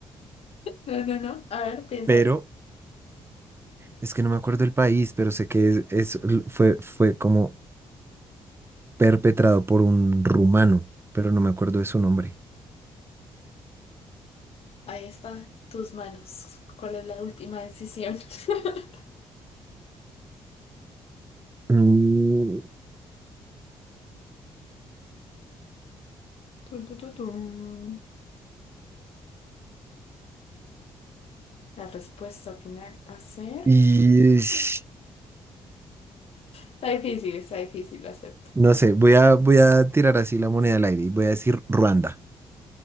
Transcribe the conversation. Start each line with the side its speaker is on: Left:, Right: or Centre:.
Left: no, no. no. A ver, piensa.
Right: Pero es que no me acuerdo el país, pero sé que es, es- fue, fue como perpetrado por un rumano, pero no me acuerdo de su nombre.
Left: Ahí está, tus manos. ¿Cuál es la última decisión? <laughs>
Right: Mm,
Left: Tun, tun, tun, tun. La respuesta final va a ser...
Right: y es-
Left: Está difícil, está difícil, lo acepto.
Right: no sé, voy a, voy a tirar así la moneda al aire y voy a decir Ruanda.